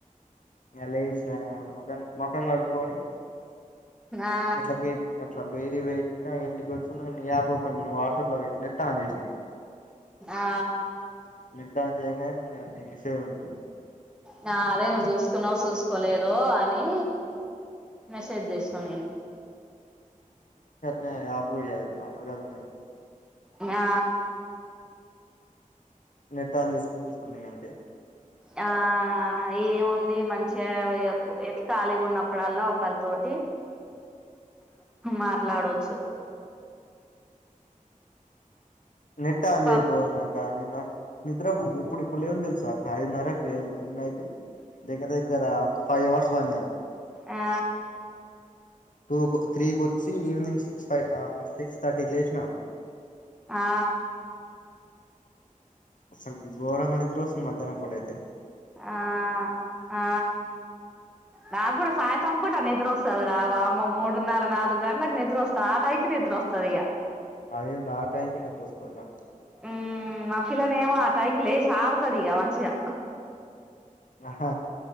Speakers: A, on the left; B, in the centre.
A: ఇగ లేషిన ముఖం ముఖం గడుక్కొని
B: ఆ
A: అట్ల బె అట్లా బయటికి పోయి క ఇగ ఇంటికి వచ్చి నీ ఈ యాప్ఓపెన్ నువ్ వాట్సాప్ ల పెట్టినట్టు ఆన్ చేసిన ఇగ
B: ఆ
A: నెట్ ఆన్ చేయంగానే నీ మెసేజ్ ఉంది
B: నా అదే నువ్ చేసుకున్నావ్ చూస్ కోలేదో అని మెసేజ్ చేసిన నేను
A: నా యాపు యా ఏవోంటారు గద దాన్ని
B: యా
A: నెట్ ఆన్ చేసుకొని చూసుకున్నా ఇగ అంతే
B: ఆ ఆ ఏముంది మంచిగా ఎ ఇగ ఖాళీగున్నప్పుడల్లా ఒకళతోటి మాట్లాడోచ్చు
A: నెట్టా ఆన్
B: పక్
A: చేయక పొదునాక్క నాక్ నిద్ర ఇప్పుడు ఇప్పుడు లేవన్ తెల్ సా అక్క అయిదున్నర లేవన్ ఎన్ని అయితే దగ్గర దగ్గర ఒక ఫైవ్ అవర్స్ వన్యా
B: ఆ
A: టూకు త్రీకోచ్చి ఈవినింగ్ సి సిక్స్ ఫైవ్ ఆ సిక్స్ థర్టీ కీ లేసినా
B: ఆ
A: అసలికి గోరంగా నిద్రొస్తుంది మధ్యాహ్నం పూటైతే
B: ఆ ఆ నాకూడా ఓస్ సాయంత్రం పూట నిద్రొస్తది రా వామ్మో మూడున్నర నాలుగు గంటలకు నిద్ర వస్తది ఆ టైం కి నిద్ర వస్తది ఇగ
A: అదేంది ఆ టైంకే నిద్ర వస్తది ఇగ
B: ఉమ్ అఖిల నేమో ఆ టైం లెషీ అడుతదీ ఇగ మంచిగా
A: ఆహా